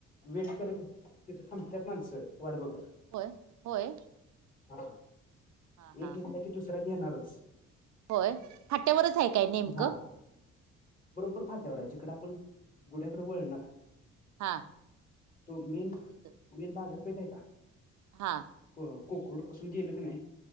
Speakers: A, on the left; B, on the right.
A: वेट कर तिथं थांबतात माणसं वाट बघत
B: होय होय
A: हा
B: हा
A: एक
B: हा
A: घेतला की दुसरा घेणारच
B: होय फाट्यावरच आहे काय नेमकं
A: हा बरोबर
B: हम्म हम्म.
A: फाट्यावर आहे जिकड आपण गुड्याकडे वळणार
B: हा
A: तो मेन
B: तिथं
A: मेन बाजारपेठ आहे का
B: हा
A: कोकुड पासून गेलं क नाही